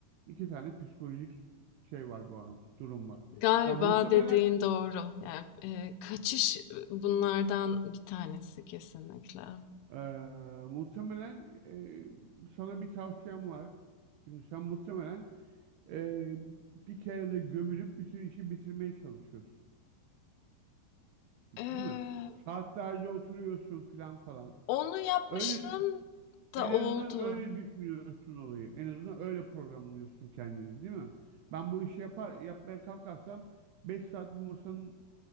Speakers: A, on the right; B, on the left.
A: iki tane psikolojik şey var bu an durum var.
B: Galiba
A: Ya muhtemelen
B: dediğin doğru. Yani, eee, kaçış, ııı, bunlardan bir tanesi kesinlikle.
A: eee, muhtemelen eee, sana bir tavsiyem var. Çünkü sen muhtemelen eee, bir kere de gömülüp bütün işi bitirmeye çalışıyorsun, değil
B: Eee,
A: mi? Saatlerce oturuyorsun filan falan.
B: onu yapmışlığım
A: Öyle
B: da
A: En
B: oldu.
A: azından öyle düşünüyorsun olayı. En azından öyle programlıyorsun kendini, değil mi? Ben bu işi yapar, yapmaya kalkarsam 5 saat bu masanın